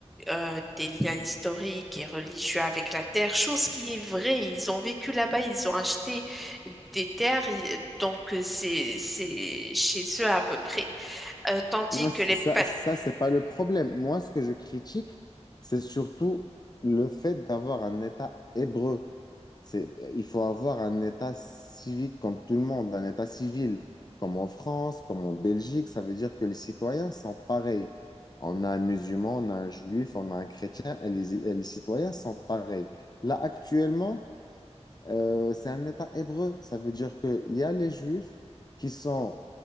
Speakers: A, in the centre; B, on the left.
A: euh, des liens historiques et religieux avec la terre, chose qui est vraie. Ils ont vécu là-bas, ils ont acheté des terres, ils- donc euh, c'est c'est chez eux à peu près. Euh, tandis
B: Non,
A: que
B: c-
A: les
B: ça,
A: pal...
B: ça, c'est pas le problème. Moi, ce que je critique, c'est surtout le fait d'avoir un État hébreu. C'est, il faut avoir un État civique comme tout le monde, un État civil, comme en France, comme en Belgique. Ça veut dire que les citoyens sont pareils. On a un musulman, on a un juif, on a un chrétien, et les, et les citoyens sont pareils. Là, actuellement, euh, c'est un État hébreu. Ça veut dire qu'il y a les Juifs qui sont